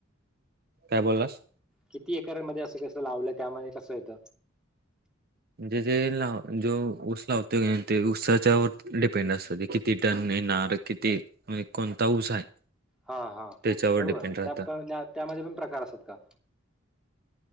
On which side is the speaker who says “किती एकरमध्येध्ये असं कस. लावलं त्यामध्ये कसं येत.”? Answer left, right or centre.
Centre